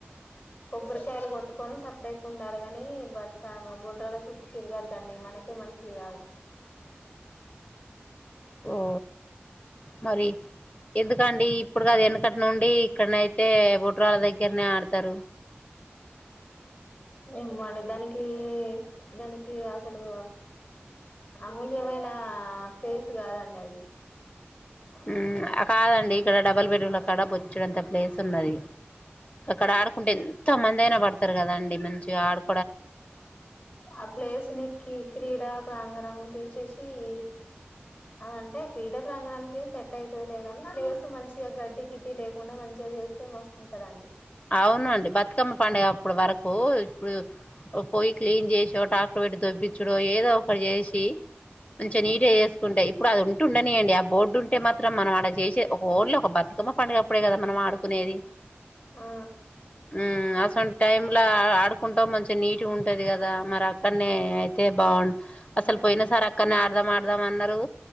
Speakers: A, on the left (about 50°); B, on the left (about 35°).
A: కొబ్బరికాయలు కొట్టుకొని సప్డేక ఉండాలె గని బతుకవ్వ బోడ్రాల చుట్టూ తిరగద్దండి మనకే మంచిది కాదు.
B: ఓ మరి ఎందుకండి ఇప్పుడు కాదు ఎనుకటి నుండి ఇక్కనయితే బొ బొడ్రాలు వాళ్ళ దగ్గరనే ఆడతరు.
A: ఏమండి దానికి దానికి అసలు అమూల్యమైన ప్లేస్ కాదండి అది.
B: ఉమ్ ఆ కాదండి ఇక్కడ డబల్ బెడ్ రూమ్లకు కడ బొచ్చడంత ప్లేస్ ఉన్నది. అక్కడ ఆడుకుంటే ఎంతమందైన పడతరు కదండీ మంచిగా ఆడు
A: ఆ ప్లేస్ నీ కి క్రీడా ప్రాంగణం తీసేసి సి అదంటే క్రీడా ప్రాంగణానికి సెట్ ఐతుది లే కాని, ప్లేసు మంచిగా గడ్డి గిడ్డి లేకుండా మంచిగా చేస్తే మస్తుంటదండి.
B: అవునండి బతుకమ్మ పండుగ అప్పుడు వరకు ఇప్పుడు పోయి క్లీన్ చేశి ట్రాక్టర్ పెట్టి పెట్ దొబ్బించుడో ఏదో ఒకటి చేసి కి కొంచెం నీట్ గా చేస్ కుంటయ్ ఇప్పుడు అదుంటె ఉంటుండనీయండి ఆ బోర్డు ఉంటే మా త్రం మనం ఆడ చేసేది ఒక ఓళ్ళో ఒక బతుకమ్మ పండుగ అప్పుడే కదా మనం ఆడుకునేది.
A: ఆ
B: ఉమ్ అసోం టైమ్ ల ఆడుకుంటాం మంచిగ నీట్గా ఉంటుంది కదా, మరి అక్కడనే అయితే బావుండు అసలు పోయినసారక్కడనే ఆడదాం ఆడదాం అన్నరు,